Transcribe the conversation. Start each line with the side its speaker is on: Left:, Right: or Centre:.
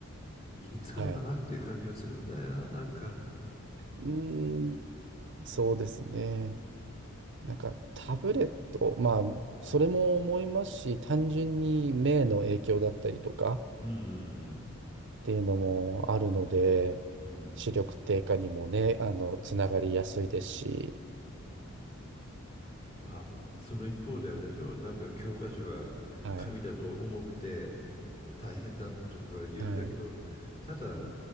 Left: 身につくのかなっていう感じもするんだよな、
Right: はい。
Left: なんか。
Right: うーん、そうですね。なんかタブレット、まあ、それも思いますし、単純に目の影響だったりとか、
Left: うんうん
Right: っていうのもあるので、
Left: うんうん
Right: 視力低下にもね、あの、つながりやすいですし、
Left: まあ、その一方であれでしょ、なんか教科書が紙だと重くて
Right: はい、
Left: 大変だとか言うんだけど、
Right: はい。
Left: ただ、